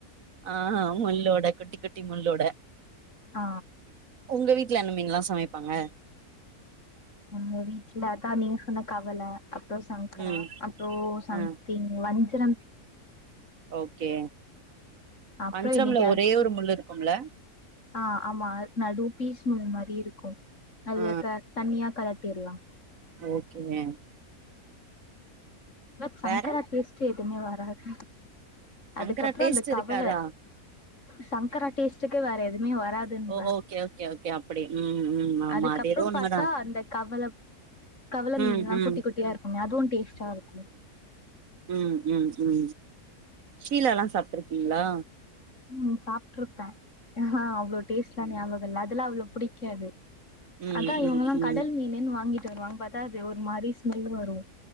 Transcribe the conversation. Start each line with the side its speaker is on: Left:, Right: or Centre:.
Right: ஆ முல்லோட குட்டி குட்டி முல்லோட
Left: ஆ
Right: ஒங்க வீட்டுல எந்த மீன்லா சமைப்பாங்க
Left: எங்க வீட்டுல தா நீ சொன்ன கவல அப்புற சங்கரா
Right: ம்
Left: அப்புறோ சம்
Right: ஆ
Left: திங் வஞ்சரம்
Right: ஓகே
Left: அப்றோ
Right: வஞ்சரம்ல
Left: என்னைக்காச்சு
Right: ஒரே ஒரு முல்லு இருக்கும்ல
Left: ஆ ஆமா நடு பீஸ் முல்லு மாரி இருக்கு அது
Right: ஆ
Left: தணியா கலட்டிர்லா
Right: ஓகேங்க
Left: இத சங்கரா
Right: வேற
Left: டேஸ்டு எதுமே வராது
Right: சங்கரா
Left: அதுக்கப்புற
Right: டேஸ்ட்
Left: அந்த கவல
Right: இருக்காதா
Left: சங்கரா டேஸ்ட்டுக்கே வேற எதுவுமே வராதுன்ற
Right: ஓ ஓகே ஓகே ஓகே அப்டி ம் ம் ஆமா
Left: அதுக்கப்புறோ
Right: அது ஏதோ உண்மதா
Left: பாத்தா அந்த கவல கவல
Right: ம்
Left: மீன்லா
Right: ம்
Left: குட்டி குட்டியா இருக்குமே அதுவு டேஸ்ட்டா இருக்கு
Right: உ உ உ ஷீலாலா சாப்ட்ருக்கீங்களா
Left: ம் சாப்ட்ருக்கே ஆ அவ்ளோ டேஸ்ட்லா ஞாபகோ இல்ல அதுலா அவ்ளோ பிடிக்காது
Right: ம்
Left: அதா இவுங்கல்லா
Right: ம் ம்
Left: கடல் மீனுனு வாங்கிட்டு வருவாங்க பா த்தா அது ஒரு மாரி ஸ்மெல் வரு